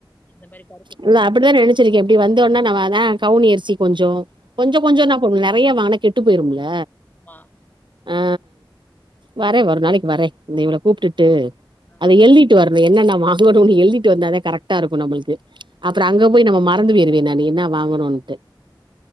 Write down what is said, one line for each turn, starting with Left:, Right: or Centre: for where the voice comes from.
Left: இந்த மாரி கருப்பு கவுனி
Right: இல்ல அப்புடிதா நெனச் வச்சுருக்கேன இப்டி வந்தோன நா வரேன கவுனிஅரிசி கொஞ்சோ கொஞ்சொ
Left: ஆ
Right: கொஞ்சொ நம் நெறையா வாங்குனா கெட்டு போயிரும்ல
Left: ஆமா
Right: அ வரே ஒரு நாளக்கி வரே இந்த இவள கூப்டுட்டு
Left: ஆ
Right: அத எழுதி ட்டு வரணு என்னென்ன வாங்கணுனு எழுதிட்டு வந்தாதே கரெக்டா இருக்கு நம்மளுக்கு
Left: ஆமா
Right: அப்பறொ அங்க போய் நம்ம மறந்து பொய்ருவே நானு என்ன வாங்கணுன்ட்டு